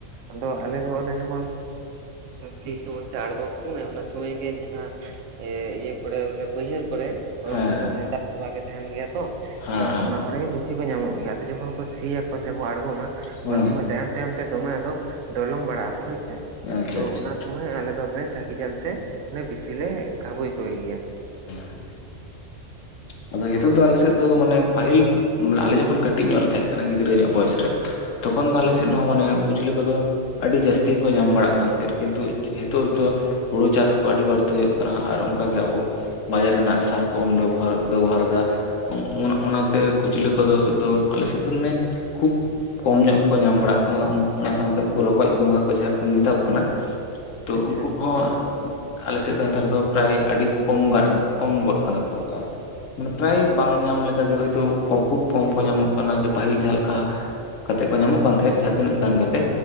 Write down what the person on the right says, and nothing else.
ᱟᱫᱚ ᱟᱞᱮ ᱫᱚ ᱚᱱᱮ ᱡᱚᱠᱷᱚᱱ ᱥᱤ ᱥᱚᱢᱚᱭ ᱥᱮ ᱟᱬᱜᱚᱢ ᱥᱚᱢᱚᱭ ᱚᱱᱟ ᱥᱚᱢᱚᱭ ᱜᱮ ᱡᱟᱦᱟᱸ ᱮᱸ ᱤᱭᱟᱹ ᱠᱚᱨᱮ ᱢᱟᱱᱮ ᱵᱟᱹᱭᱦᱟᱹᱲ ᱠᱚᱨᱮ ᱚᱱᱛᱮ
ᱫᱚ ᱢᱟᱱᱮ ᱫᱟᱜ ᱛᱚᱸᱵᱟ ᱜᱮ ᱛᱟᱦᱮᱸᱱ ᱜᱮᱭᱟ ᱛᱚ
ᱱᱚᱜ
ᱱᱚᱣᱟ ᱠᱚᱨᱮ ᱜᱮ ᱵᱤᱥᱤ ᱠᱚ ᱧᱟᱢᱚᱜ ᱜᱮᱭᱟ ᱟᱫᱚ ᱡᱚᱠᱷᱚᱱ ᱥᱤᱭᱟᱠᱚ ᱥᱮᱠᱚ ᱟᱬᱜᱚᱢᱟ
ᱚᱱᱟ ᱥᱚᱢᱚᱭ ᱛᱟᱭᱚᱢ ᱛᱟᱭᱚᱢ ᱛᱮ ᱫᱚᱢᱮ ᱟᱫᱚ- ᱰᱚᱞᱚᱝ ᱵᱟᱲᱟᱜ ᱟᱵᱚ ᱦᱚᱭᱥᱮ
ᱛᱚ
ᱚᱱᱟ <unintelligible> ᱟᱞᱮ ᱫᱚ ᱚᱱᱮ ᱪᱷᱟᱹᱠᱤ ᱡᱟᱹᱞᱛᱮ ᱵᱮᱥᱤ ᱞᱮ ᱜᱷᱟᱵᱳᱩᱭ ᱠᱚᱜᱮ ᱜᱮᱭᱟ᱾
ᱦᱳᱭ
ᱦᱳᱭ
ᱟᱪᱪᱷᱟ
ᱦᱮᱸ